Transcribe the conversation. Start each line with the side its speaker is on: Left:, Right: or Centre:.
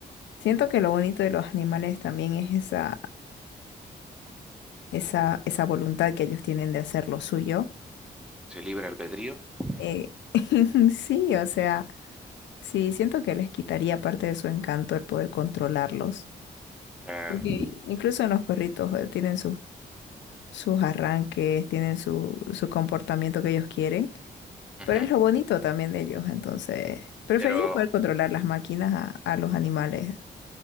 Left: siento que lo bonito de los animales también es esa, esa, esa voluntad que ellos tienen de hacer lo suyo.
Centre: ¿Se libre albedrío? Ujú,
Left: Eh, <laughs> sí, o sea, sí, siento que les quitaría parte de su encanto el poder controlarlos.
Centre: Claro.
Left: Porque incluso en los perritos eh, tienen sus sus arranques, tienen su, su comportamiento que ellos quieren,
Centre: Ujú.
Left: pero es lo bonito también de ellos. Entonces, preferiría
Centre: Pero,
Left: poder controlar las máquinas a, a los animales